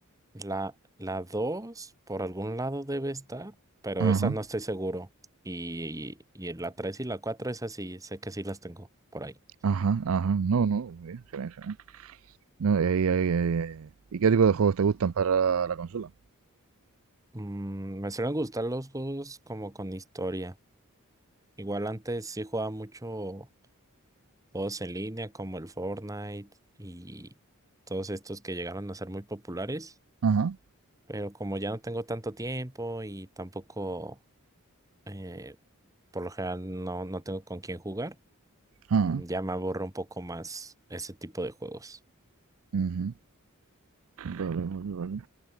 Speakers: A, on the right; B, on the right.
A: La, la 2 por algún lado debe estar, pero
B: Ajá,
A: esa no estoy seguro. Y, y, en la 3 y la 4 esas sí, sé que sí las tengo por ahí.
B: ajá, ajá. No, no, muy bien, genial, genial. No, y, ahí- ahí- ahí- ahí- ¿Y qué tipo de juegos te gustan para la consola?
A: Mm, me suelen gustar los juegos como con historia. Igual antes sí jugaba mucho juegos en línea como el Fortnite y todos estos que llegaron a ser muy populares,
B: Ajá,
A: pero como ya no tengo tanto tiempo y tampoco... eh, Por lo general no, no tengo con quién jugar.
B: ajá.
A: Mm, Ya me aborro un poco más ese tipo de juegos.
B: ujú. Vale, vale, vale.